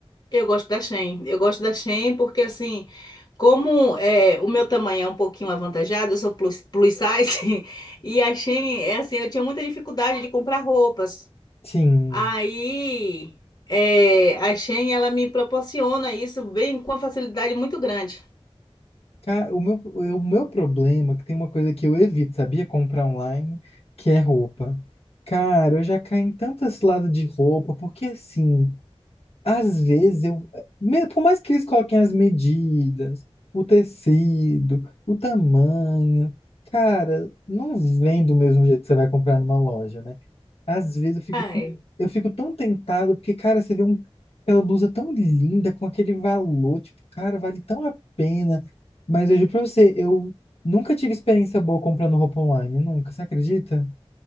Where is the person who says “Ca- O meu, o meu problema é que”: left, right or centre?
Left